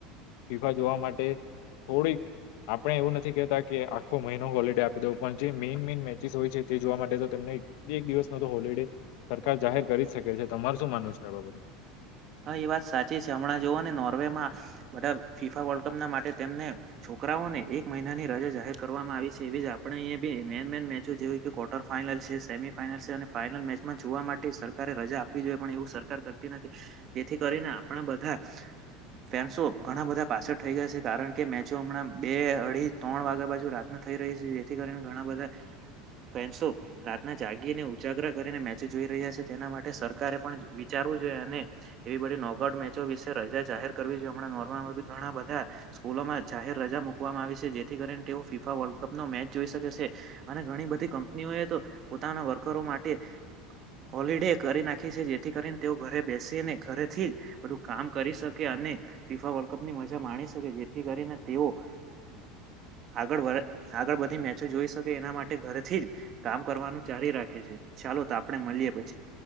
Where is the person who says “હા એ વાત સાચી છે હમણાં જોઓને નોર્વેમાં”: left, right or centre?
Right